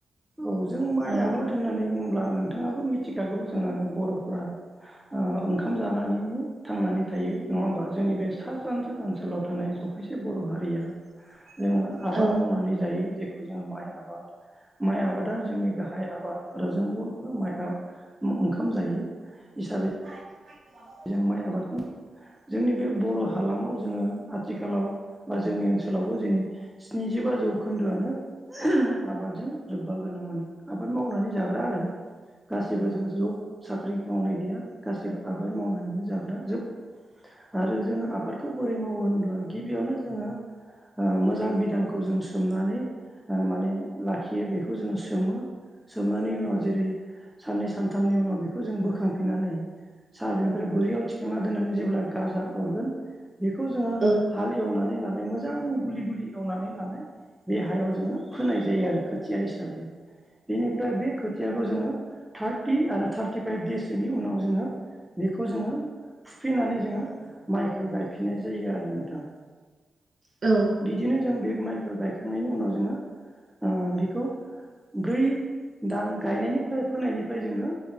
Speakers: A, in the centre; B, on the right.
A: औ जों माइ
B: औ
A: आबाद होननानै बुंङोब्ला नों थाङाबो मिथिखागौ जोङो बर'फोरा ओ ओंखाम जानानैनो थांनानै थायो नङा होमबा? जोंनि बे सा सानजा ओनसोलाव थानाय जखायसे बर' हारिया
B: <inaudible>
A: जोङो आबाद
B: औ
A: मावनानै जायो जेखौ जोङो माइ आबाद माइ आबादा जोंनि गाहाय आबाद। आरो जों बर'फोरा माइ ओंखाम जायो हिसाबै
B: <inaudible>
A: जों माइ आबादखौ जोंनि बे बर' हालामाव जोङो आथिखालाव बा जोंनि ओनसोलावबो दिनै स्निजिबा जौखोन्दोआनो आबादजों लोब्बा गोनां माने आबाद मावनानै जाग्रा आरो गासिबो जोङो जब साख्रि मावनाय गैया, गासैबो आबाद मावनानैनो जाग्रा जोब। आरो जोङो आबादखौ बोरै मावो होनब्ला गिबियावनो जोङो ओ मोजां बिधानखौ जों सोमनानै माने लाखियो। बेखौ जोङो सोमो सोमनानै उनाव जेरै साननै सानथामनि उनाव बेखौ जों बोखांफिननानै सा <unintelligible> निफ्राय बोरियाव थिखांना दोननानै जेब्ला गाजा अरगोन बेखौ जोङो
B: औ
A: हाल एवनानै लानाय मो मोजां गुलि गुलि एवनानै लानाय बे हायाव जोङो फोनाय जायो आरो खोथिया हिसाबै। बेनिफ्राय बे खो खोथियाखौ जोङो थार्टि आरो थार्टिफाइभ देइस सोनि उनाव जोङो बेखौ जोङो फिनानै जोङो माइखौ गायफिननाय जायो आरो नोंथां।
B: औ।
A: बिदिनो जों बे माइखौ गायखांनायनि उनाव जोङो ओ बिखौ ब्रै दान गायनायनिफ्राय फोनायनिफ्राय जोङो